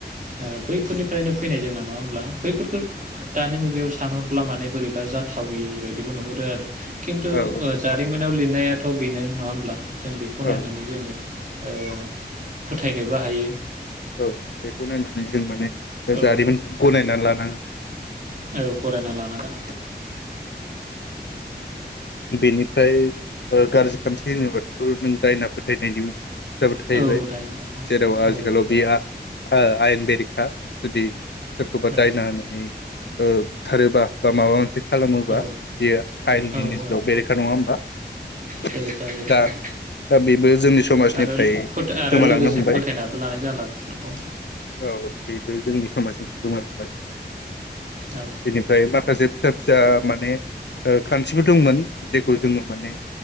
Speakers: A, on the right; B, on the left.
A: ओ बैफोरनिफ्रायनो फैनाय जों नङा होनब्ला? बैफोरखौ दानि मुगायावसो सानहरब्ला माने बोरैबा जाथावि बायदिबो नुहरो आरो खिन्थु
B: औ
A: जारिमिनाव लिरनायाथ बेनो नङा होमब्ला जों बेखौ
B: औ
A: नायनानै जोङो ओ फोथायनोबो हायो
B: औ बेखौ नायनानै जों माने
A: औ
B: जारिमिनखौ गनायनानै लानाङो
A: औ फरायना लानांगोन।
B: बेनिफ्राय ओ गाज्रि खान्थि होनोबा नों दायना फोथायनायनि खोथाबो थाहैबाय
A: औ दाइन
B: जेराव आजिखालाव
A: औ
B: बेयो आयेन बेरे हा जुदि सोरखौबा
A: औ
B: दायना होनानै बुथारोबा बा माबा मोनसे खालामोबा
A: औ
B: बेयो आयेननि
A: औ औ
B: बेरेखा नङा होमबा ।दा
A: जेरै बेरेखा औ
B: दा बेबो जोंनि समाजनिफ्राय
A: आरो फोथ आरो
B: गोमालांनो
A: लोगोसे
B: हमबाय
A: फोथायनाबो लानाय जाला बेफोरखौ
B: औ बेबो जोंनि समाजनिफ्राय गोमालां <unintelligible>
A: औ
B: बेनिफ्राय माखासे फिसा फिसा माने ओ खान्थिबो दंमोन। जेखौ जोङो माने